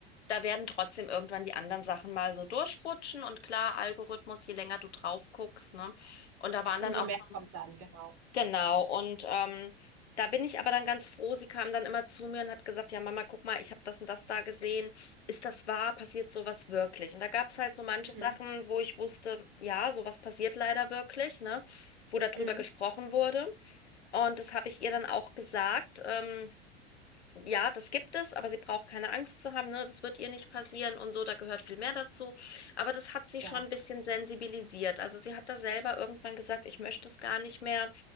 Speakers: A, on the left (about 85°); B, on the right (about 45°).
A: da werden trotzdem irgendwann die anderen Sachen mal so durchrutschen und klar, Algorithmus, je länger du drauf guckst, ne? Und da waren
B: Umso
A: dann auch
B: mehr
A: so
B: kommt dann, genau.
A: Genau, und ähm, da bin ich aber dann ganz froh. Sie kam dann immer zu mir und hat gesagt, ja Mama, guck mal, ich habe das und das da gesehen. Ist das wahr? Passiert sowas wirklich? Und da gab es halt so manche
B: Mhm.
A: Sachen, wo ich wusste, ja, sowas passiert leider wirklich, ne? Wo darüber
B: Mhm.
A: gesprochen wurde. Und das habe ich ihr dann auch gesagt. Ähm, ja, das gibt es, aber sie braucht keine Angst zu haben, ne? Das wird ihr nicht passieren und so, da gehört viel mehr dazu. Aber das hat sie
B: Ja,
A: schon ein bisschen sensibilisiert. Also sie hat da selber irgendwann gesagt, ich möchte es gar nicht mehr.